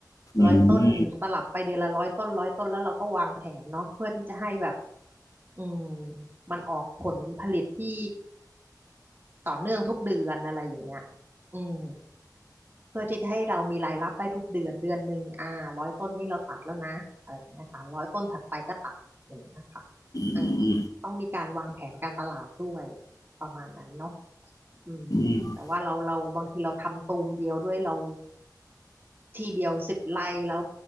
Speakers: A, on the left (about 55°); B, on the right (about 30°).
A: อืมอืม
B: ร้อยต้นสลับไปเดือนละร้อยต้นร้อยต้นแล้วเราก็วางแผนเนาะเพื่อที่จะให้แบบอืมมันออกผลผลิตที่ต่อเนื่องทุกเดือนอะไรอย่างเงี้ยอืมเพื่อที่จะให้เรามีรายรับได้ทุกเดือนเดือนหนึ่งอ่าร้อยต้นนี้เราตัดแล้วนะอะไรอย่างเงี้ยค่ะร้อยต้นถัดไปก็ตัดอย่างเงี้ยค่ะ
A: อืมอื
B: อ่าต้องมีการวางแผนการตลาดด้วยประมาณนั้นเนาะ อืมแต่ว่าเราเราบางทีเราทำตูมเดียวด้วยเรา
A: ม
B: ทีเดียวสิบไร่แล้ว